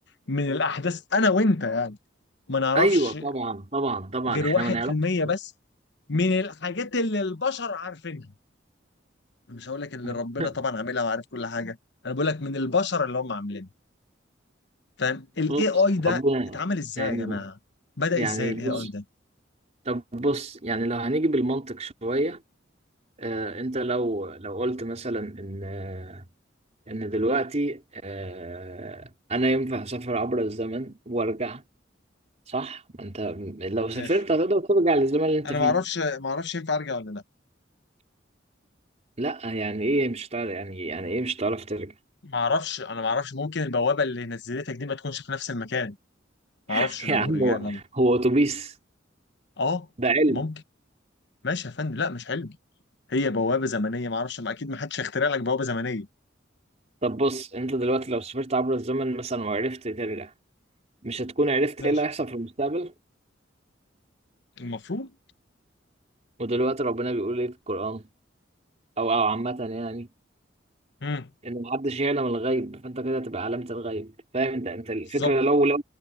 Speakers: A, on the left; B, on the right.
A: من الاحداث انا وانت يعني ما نعرفش
B: ايوه طبعا طبعا طبعا
A: غير
B: احنا
A: 1%
B: ما نعرفش
A: بس من الحاجات اللي البشر عارفينها مش هقول لك اللي
B: <laughs>
A: ربنا طبعا عاملها وعارف كل حاجه انا بقول لك من البشر اللي هم عاملينها فاهم الاي
B: بص
A: اي ده
B: ربنا
A: اتعمل ازاي
B: يعني
A: يا جماعه بدأ
B: يعني
A: ازاي الاي
B: بص
A: اي ده
B: طب بص يعني لو هنيجي بالمنطق شويه آه انت لو لو قلت مثلا ان آه، ان دلوقتي آه انا ينفع اسافر عبر الزمن وارجع صح ما انت لو سافرت
A: ماشي
B: هتقدر ترجع للزمن اللي انت
A: انا
B: فيه
A: ما اعرفش ما اعرفش ينفع ارجع ولا لا
B: لا يعني ايه مش هتعرف يعني يعني ايه مش هتعرف ترجع
A: ما اعرفش انا ما اعرفش ممكن البوابه اللي نزلتك دي ما تكونش في نفس المكان
B: <laughs>
A: ما اعرفش لو
B: يا عم
A: رجع
B: هو
A: لنا
B: هو اتوبيس
A: اه
B: ده علم
A: ممكن ماشي يا فندم لا مش حلم هي بوابه زمنيه ما اعرفش ما اكيد ما حدش هيخترع لك بوابه زمنيه
B: طب بص انت دلوقتي لو سافرت عبر الزمن مثلا وعرفت ترجع مش هتكون عرفت
A: ماشي
B: ايه اللي هيحصل في المستقبل
A: المفروض
B: ودلوقتي ربنا بيقول ايه في القرآن او او عامة يعني
A: امم
B: ان محدش يعلم الغيب فانت كده تبقى علامة الغيب فاهم انت انت الفكرة
A: بالظبط
B: لو لو